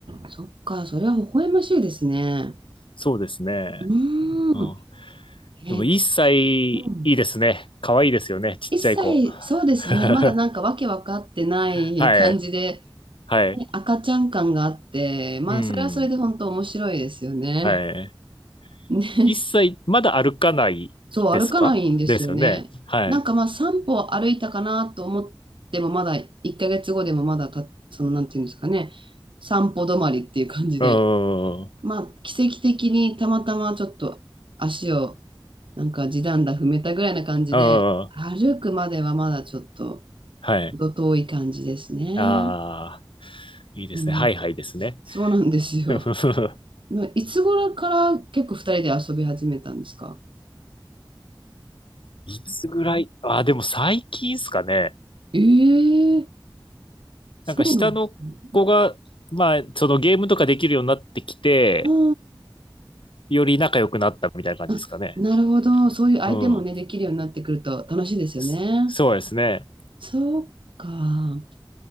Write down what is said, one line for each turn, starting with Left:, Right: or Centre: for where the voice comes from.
Right: そっか、それは微笑ましいですね。
Left: そうですね。
Right: うーん。
Left: うん。
Right: え、
Left: でも、一歳いいですね。
Right: うん。
Left: 可愛いですよね。ちっちゃい子。
Right: 一切、そうですね。
Left: <laughs> は
Right: まだなんかわけわかってない感じで、
Left: い。はい。
Right: ね、赤ちゃん感があって、まあ、
Left: うん。
Right: それはそれで本当面白いですよね。
Left: はい。
Right: ね。
Left: 一切まだ歩かないですかですよね。
Right: そう、歩かないんですよね。
Left: はい。
Right: なんかまあ、3歩歩いたかなと思っても、まだ1ヶ月後でもまだた、その、なんていうんですかね。散歩止まりっていう感じで。
Left: うーん。う
Right: まあ、奇跡的にたまたまちょっと足をなんか地団駄踏めたぐらいな感じで、
Left: ーん。
Right: 歩くまではまだちょっと
Left: はい。
Right: 程遠い感じですね。
Left: ああ、いいですね。
Right: うん、
Left: はいはいですね。
Right: そうなんですよ。
Left: <laughs>
Right: いつ頃から結構二人で遊び始めたんですか
Left: いつぐらい、ああ、でも最近ですかね。
Right: ええそうなんですね。
Left: なんか下の子が、まあ、そのゲームとかできるようになってきて、
Right: あ
Left: より仲良くなったみたいな感じですかね。
Right: あ、あ、なるほど。そういう相手もね、
Left: うん。
Right: できるようになってくると楽しいですよね。
Left: そそうですね。
Right: そうか。